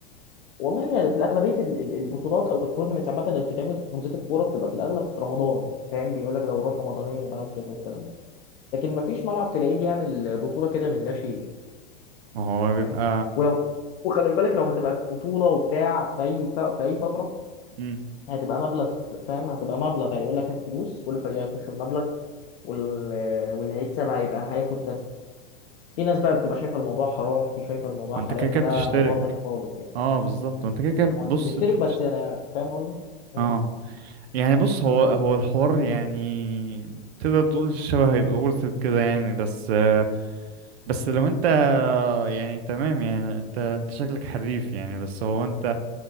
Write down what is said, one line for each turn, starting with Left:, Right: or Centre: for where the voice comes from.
Left: والله في الأغلبية ال- ال- البطولات أو التورنمنتس عامة اللي بتتعمل في حجوزات الكورة بتبقى في الأغلب في رمضان فاهم بيقول لك دورات رمضانية بقى وكده والكلام ده لكن ما فيش ملعب تلاقيه بيعمل بطولة كده من لا شيء
Right: ما هو بيبقى
Left: فاهم ولو وخلي بالك لو هتبقى بطولة وبتاع في أي ف... في أي فترة
Right: امم
Left: هتبقى مبلغ فاهم هتبقى مبلغ هيقول لك هات فلوس كل فريق هيخش بمبلغ وال- واللي هيكسب هيبقى هياخد كذا في ناس بقى بتبقى شايفه الموضوع حرام في شايفه الموضوع
Right: ما
Left: حلال
Right: انت كده كده
Left: فده
Right: بتشترك
Left: موضوع تاني خالص يعني
Right: اه بالظبط ما انت كده كده
Left: هو
Right: بص
Left: انت بتشترك
Right: انت بتشترك
Left: بس انا فاهم قصدي مم.
Right: اه يعني بص هو هو الحوار يعني تقدر تقول الشبه هيبقى ورثة كده يعني بس آه، بس لو انت اه يعني تمام يعني انت انت شكلك حريف يعني بس هو انت